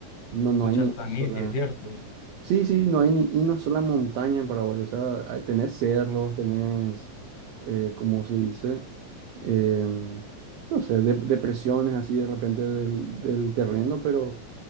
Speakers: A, on the right; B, on the left.
A: no, no
B: Muchas
A: hay ni una
B: planicies,
A: sola.
B: ¿cierto?
A: Sí, sí, no hay ni una sola montaña en Paraguay. O sea, hay- tenés cerros, tenés, eh, ¿cómo se dice? Em, no sé, de- depresiones así de repente del, del terreno, pero